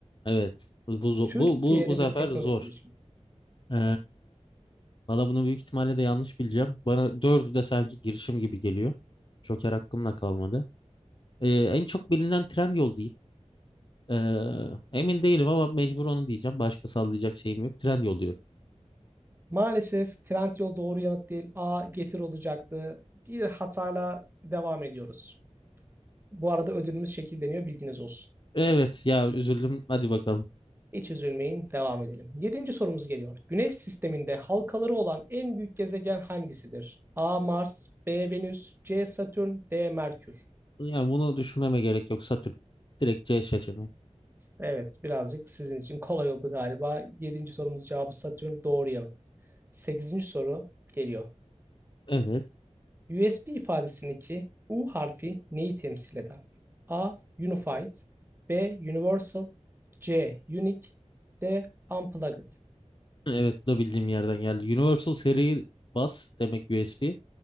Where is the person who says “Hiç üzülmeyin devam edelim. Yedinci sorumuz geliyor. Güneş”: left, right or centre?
Right